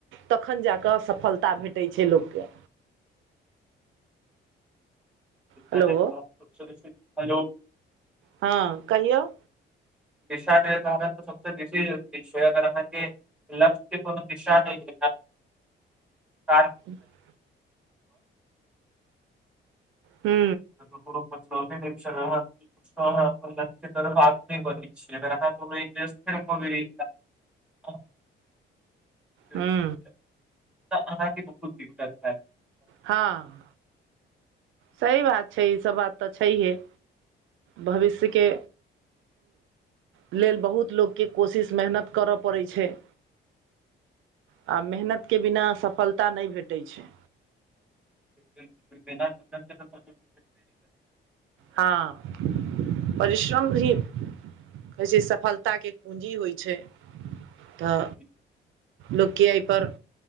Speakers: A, on the right; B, in the centre.
A: तखन जा कऽ सफलता भेटैत छै लोकके
B: हेलो
A: हेलो हँ कहियौ
B: दिशा निर्धारण सबसे बेसी जे छै अहांके लक्ष्य के कोनो दिशा नहि होइया काज
A: <inaudible> हू
B: ह <unintelligible> <unintelligible> <inaudible> ठीक
A: हूँ
B: छै त अहाँके बहुत दिक्कत हैत
A: हँ सही बात छै ई सब बात तऽ छैहे भविष्यके लेल बहुत लोकके कोशिश मेहनत करय पड़ै छै आ मेहनत के बिना सफलता नहि भेटैत छै
B: बिलकुल बिना मेहनत <unintelligible>
A: हँ परिश्रम भी कहै छै सफलताके कुंजी होइ छै तऽ
B: नहि
A: लोकके एहिपर